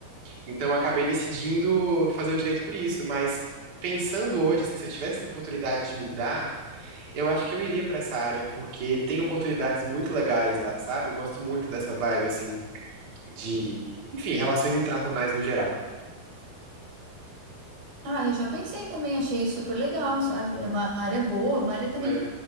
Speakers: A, on the right; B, on the right.
A: Então eu acabei decidindo fazer o direito por isso, mas pensando hoje, assim, se eu tivesse essa oportunidade de mudar, eu acho que eu iria pra essa área, porque tem oportunidades muito legais lá, sabe? Eu gosto muito dessa vibe, assim, de, enfim, relações internacionais no geral,
B: Ah, eu já pensei também, achei super legal, sabe? É uma área boa, uma área também
A: né?